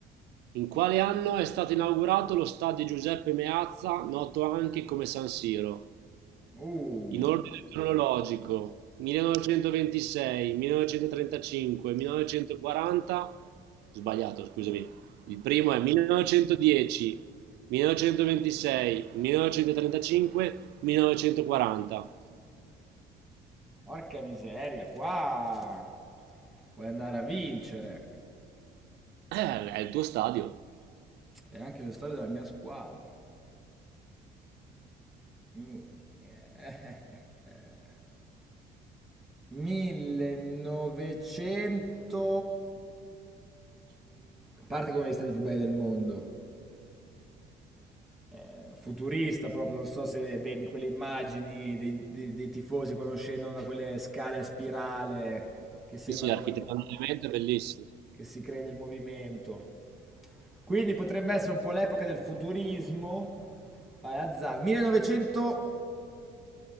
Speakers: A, on the right; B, in the centre.
A: In quale anno è stato inaugurato lo stadio Giuseppe Meazza, noto anche come San Siro?
B: Uh,
A: In ordine cronologico, 1926, 1935, 1940, sbagliato, scusami. Il primo è 1910, 1926, 1935, 1940.
B: porca miseria, qua puoi andare a vincere.
A: Eh, è il tuo stadio.
B: E anche lo stadio della mia squadra. I- <laughs> 1900... A parte che è uno degli stati più belli del mondo, eh, futurista proprio, non so se vedi quelle immagini dei, dei- dei tifosi quando scendono da quelle scale a spirale, che sembra
A: Sì, sì,
B: come
A: architettonicamente
B: che,
A: è bellissimo.
B: che si crede il movimento. Quindi potrebbe essere un po' l'epoca del futurismo. Vai, azzar- 1900,